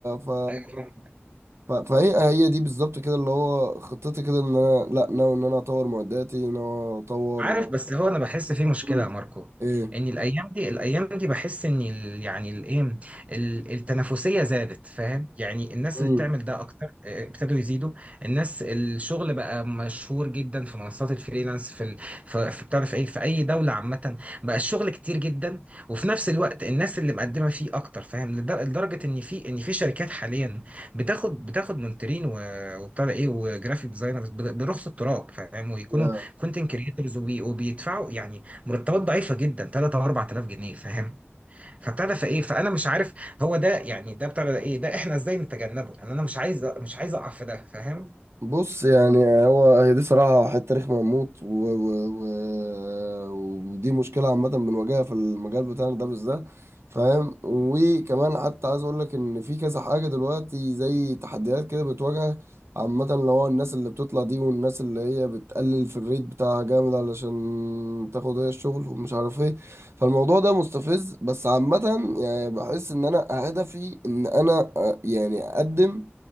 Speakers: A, on the right (about 80°); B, on the right (about 30°).
A: ف
B: أيوة
A: ف- فهي هي دي بالظبط كده اللي هو خطتي كده ان انا لا ناوي ان انا اطور معداتي ناوي اطور
B: عارف بس هو انا بحس في مشكله
A: امم
B: يا ماركو
A: ايه
B: ان الايام دي الايام دي بحس ان ال يعني الايه ال- التنافسيه زادت فاهم يعني الناس
A: امم
B: اللي بتعمل ده اكتر آه، ابتدوا يزيدوا الناس الشغل بقى مشهور جدا في منصات الفريلانس في ال- في في بتعرف ايه في اي دوله عامه بقى الشغل كتير جدا وفي نفس الوقت الناس اللي مقدمه فيه اكتر فاهم لدر- لدرجه ان في ان في شركات حاليا بتاخد بتاخد مونترين و- وبتاع ده ايه وجرافيك ديزاينرز برخص التراب فاهم ويكونوا
A: يا
B: كونتنت كريتورز وبيدفعوا يعني مرتبات ضعيفه جدا 3 او 4000 جنيه فاهم فابتدى فايه فانا مش عارف هو ده يعني ده ابتدى ايه ده احنا ازاي نتجنبه لان انا مش عايز مش عايز اقع في ده فاهم
A: بص يعني هو هي دي صراحة حتة رخمة موت و... و... و... ودي مشكلة عامة بنواجهها في المجال بتاعنا ده بالذات فاهم وكمان حتى عايز أقول لك إن في كذا حاجة دلوقتي زي تحديات كده بتواجهك عامة اللي هو الناس اللي بتطلع دي والناس اللي هي بتقلل في الريت بتاعها جامد علشان تاخد هي الشغل ومش عارف ايه فالموضوع ده مستفز بس عامة يعني بحس إن أنا هدفي إن أنا آه، يعني أقدم